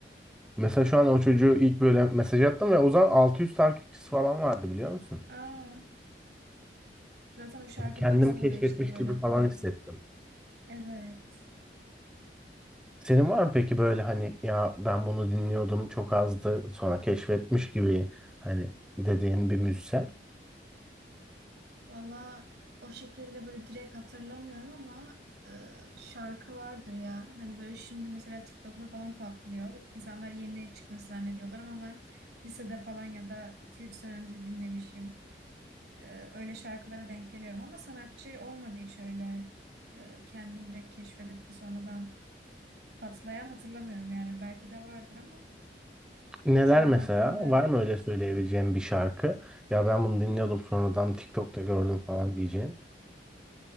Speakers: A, in the centre; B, on the right.
A: Mesela şu an o çocuğu ilk böyle mesaj attım ve o zaman 600 takipçisi falan vardı biliyor musun?
B: Aa. <laughs> Zaten o şarkıdan
A: Kendimi
B: sonra
A: keşfetmiş
B: işte böyle
A: gibi falan
B: pat.
A: hissettim.
B: Evet.
A: Senin var mı peki böyle hani ya ben bunu dinliyordum çok azdı sonra keşfetmiş gibi hani dediğin bir müzisyen?
B: Valla o şekilde böyle direkt hatırlamıyorum ama e, şarkı vardır ya. Hani böyle şimdi mesela TikTok'ta falan patlıyor. İnsanlar yeni çıkmış zannediyorlar ama ben lisede falan ya da iki üç sene önce dinlemişim. E, öyle şarkılara denk geliyorum ama sanatçı olmadı hiç öyle e, kendim direkt keşfedip de sonradan patlayan hatırlamıyorum yani. Belki de vardır ama
A: Neler
B: şu an
A: mesela?
B: aklımda yok.
A: Var mı öyle söyleyebileceğim bir şarkı? Ya ben bunu dinliyordum sonradan TikTok'ta gördüm falan diyeceğin.